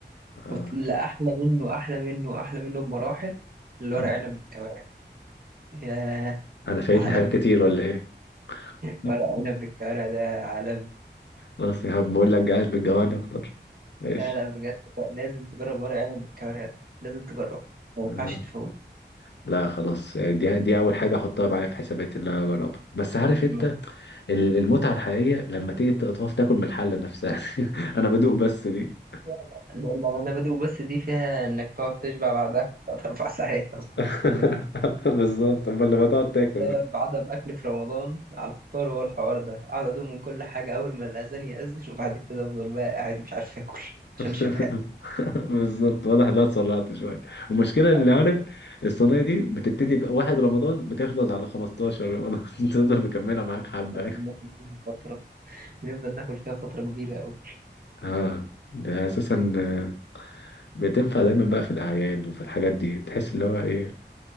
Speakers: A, on the left (about 70°); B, on the right (about 50°).
A: اه
B: وت- لا احلى منه احلى منه احلى منه بمراحل الورق
A: م.
B: عنب بالكوارع ياه
A: انا فايتني
B: عالمي
A: حاجات كتير ولا ايه <laughs>
B: ورق عنب بالكوارع ده عالمي
A: خلاص يا عم بقول لك قاعد بتجوعني اكتر ماشي
B: لا لا بجد بقى لازم تجرب ورق عنب بالكوارع ده لازم تجربه ما ينفعش
A: آه.
B: تفوت
A: لا خلاص يعني دي دي اول حاجه احطها معايا في حساباتي اللي انا اجربها بس عارف انت
B: من-
A: ال- المتعه الحقيقيه لما تيجي تقف تاكل من الحله نفسها <laughs> انا بدوق بس دي
B: لا لا لا، انا بدو بس دي فيها انك تقعد تشبع بعدها ثلاث اربع <laughs> ساعات اصلا
A: <laughs>
B: انك
A: بالظبط امال لما تقعد تاكل
B: بسبب
A: بقى
B: عدم أكل في رمضان على الفطار هو الحوار ده أقعد أدوم من كل حاجة أول ما الأذان يأذن وبعد كده أفضل بقى قاعد مش عارف آكل <laughs> عشان
A: <laughs>
B: شبع
A: بالظبط واضح انها اتسرعت شويه المشكله اللي
B: أيوة
A: عارف الصينيه دي بتبتدي بقى واحد رمضان بتخلص على 15 رمضان <laughs> تفضل مكمله معاك حبه
B: بناكل فيها فترة بنفضل ناكل فيها فترة كبيرة أوي
A: اه ده اساسا آه، بتنفع دايما بقى في الاعياد وفي الحاجات دي تحس اللي هو ايه